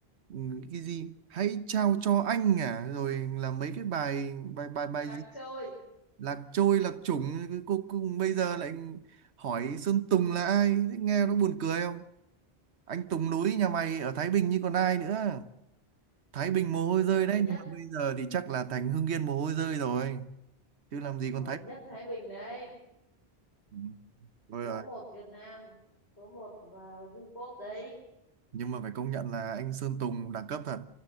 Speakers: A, on the right (about 80°); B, on the left (about 75°).
A: ừ, cái gì hãy trao cho anh à rồi là mấy cái bài bài bài bài
B: Lạc
A: gì
B: trôi.
A: lạc trôi lạc chủng cái cô cùng bây giờ lại hỏi Sơn Tùng là ai thế nghe nó buồn cười không anh Tùng núi nhà mày ở Thái Bình như còn ai nữa Thái Bình mồ hôi rơi
B: Nổi
A: đấy
B: nhất,
A: nhưng mà bây giờ thì chắc là thành Hưng Yên mồ hôi rơi rồi chứ làm gì còn
B: nổi
A: Thái
B: nhất
A: Bình
B: Thái Bình đấy.
A: Ừ, thôi
B: Số
A: rồi
B: một Việt Nam. Số một uh, v đấy.
A: nhưng mà phải công nhận là anh Sơn Tùng đẳng cấp thật